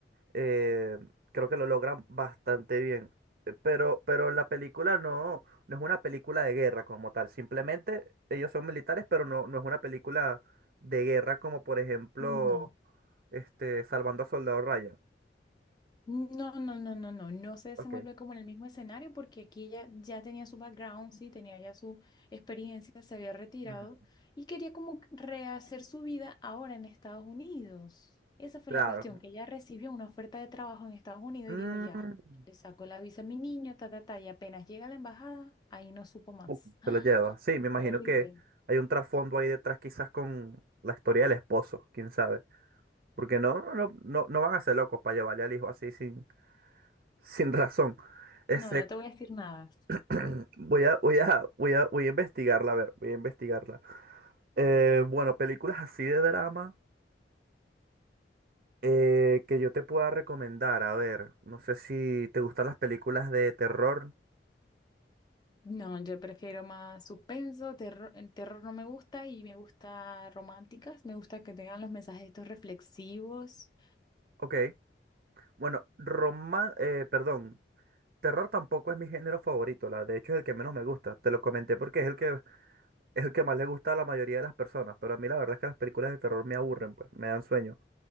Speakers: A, on the right; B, on the left.
A: eh, creo que lo logran bastante bien. Eh, Pero, pero la película no, no es una película de guerra como tal. Simplemente ellos son militares, pero no, no es una película de guerra como por ejemplo
B: No.
A: este, Salvando a Soldado Ryan.
B: No, no, no, no, no, no se desenvuelve
A: Ok.
B: como en el mismo escenario porque aquí ella ya tenía su background, sí, tenía ya su experiencia, se había retirado
A: Mm,
B: y quería como rehacer su vida ahora en Estados Unidos. Esa fue
A: claro.
B: la cuestión, que ella recibió una oferta de trabajo en Estados Unidos
A: Mm,
B: y dijo, ya, le saco la visa a mi niño, ta, ta, ta, y apenas llega a la embajada, ahí no supo más.
A: pum,
B: <gasps> ¡Ah!
A: se lo lleva. Sí, me imagino
B: Horrible.
A: que hay un trasfondo ahí detrás quizás con la historia del esposo, quién sabe. Porque no, no, no, no no van a ser locos para llevarle al hijo así sin, <laughs> sin razón. Ese,
B: No, no te voy a decir nada.
A: <clears throat> Voy a, voy a, voy a, voy a investigarla, a ver, voy a investigarla. Eh, bueno, películas así de drama eh, que yo te pueda recomendar, a ver, no sé si te gustan las películas de terror.
B: No, yo prefiero más suspenso, terror, el terror no me gusta y me gusta románticas, me gusta que tengan los mensajes estos reflexivos.
A: Ok, bueno, román, eh, perdón, terror tampoco es mi género favorito, la, de hecho es el que menos me gusta, te lo comenté porque es el que, es el que más le gusta a la mayoría de las personas, pero a mí la verdad es que las películas de terror me aburren, pues, me dan sueño.